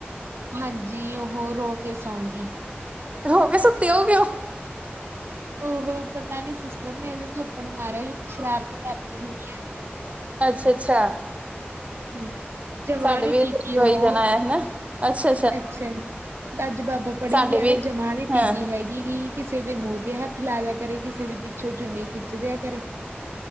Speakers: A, on the right; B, on the right.
A: ਹਾਂਜੀ ਉਹ ਰੋ ਕੇ ਸੌਂਦੀ
B: ਰੋ ਕੇ ਸੁੱਤੇ ਹੋ ਗਏ ਉਹ
A: ਉਹ ਪਤਾ ਨੀ ਸਿਸਟਰ ਨੇ ਉਹਨੂੰ ਥੱਪੜ ਮਾਰਿਆ ਸ਼ਰਾਰਤ ਕਰਦੀ ਹੋਣੀ ਆ।
B: ਅੱਛਾ ਅੱਛਾ
A: ਹਾਂਜੀ ਜਮਾਰੀ
B: ਸਾਡੇ ਵੀ ਇੱਥੇ
A: ਕੀ
B: ਕੋਈ
A: ਉਹ
B: ਜਣਾ ਆਇਆ ਸੀ ਨਾ ਅੱਛਾ
A: ਅੱਛਾ ਅੱਜ ਬਾਬਾ ਪੜ੍ਹੀ
B: ਸਾਡੇ
A: ਗਿਆ
B: ਵੀ
A: ਨਾ ਜਮਾ ਦੀ ਟੀਕੀ
B: ਹਾਂ
A: ਹੈਗੀ ਗ ਕਿਸੇ ਦੇ ਮੂੰਹ ਤੇ ਹੱਥ ਲਾ ਦਿਆ ਕਰੇ ਕਿਸੇ ਦੇ ਪਿੱਛੋਂ ਚੁੰਨੀ ਖਿੱਚ ਦਿਆ ਕਰੇ